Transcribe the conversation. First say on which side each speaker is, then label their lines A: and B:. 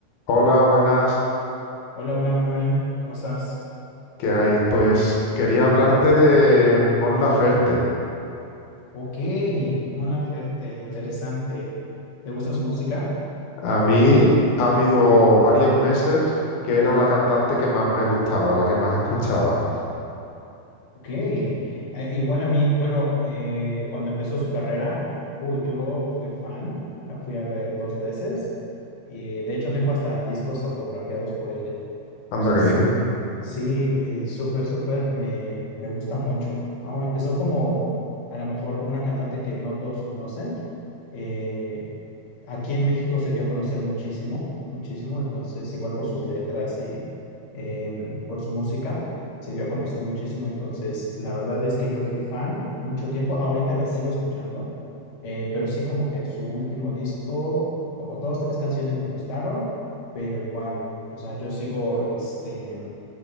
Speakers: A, on the left (about 85°); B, on the left (about 60°).
A: Hola, buenas.
B: Hola, hola Manuel, ¿cómo estás?
A: ¿Qué hay? Pues quería hablarte de Mon Laferte.
B: Ok, Mon Laferte, interesante. ¿Te gusta su música?
A: A mí ha habido varios meses que era la cantante que más me gustaba, la que más escuchaba.
B: Ok, eh, igual a mí. Bueno, eh, cuando empezó su carrera, uy, yo fui fan, la fui a ver dos veces y de hecho tengo hasta discos autografiados por ella.
A: Anda,
B: Entonces,
A: qué bien.
B: sí, eh, súper, súper, me, me gusta mucho, ¿no? Empezó como a lo mejor una cantante que no todos conocen. eh, aquí en México se dio a conocer muchísimo, muchísimo, entonces igual por sus letras y eh, por su música, se dio a conocer muchísimo, entonces la verdad es que yo fui fan mucho tiempo, ahorita la sigo escuchando, eh, pero sí como que su último disco, como dos, tres canciones me gustaron, pero igual, o sea, yo sigo, este,